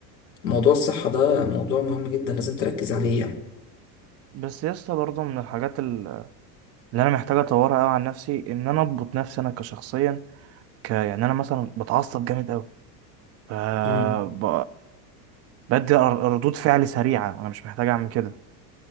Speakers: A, on the left (about 85°); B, on the right (about 35°).
A: موضوع الصحة ده موضوع مهم جدا لازم تركز عليه يعني
B: بس يا اسطى برضه من الحاجات ال- اللي انا محتاج اطورها قوي عن نفسي ان انا اضبط نفسي انا كشخصيا ك يعني انا مثلا بتعصب جامد قوي ف
A: مم.
B: ب... بدي ر- ردود فعل سريعه انا مش محتاج اعمل كده